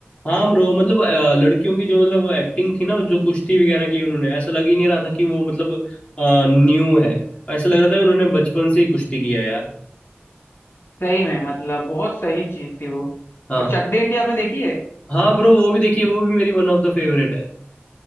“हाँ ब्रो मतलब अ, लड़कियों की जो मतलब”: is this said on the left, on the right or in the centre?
Left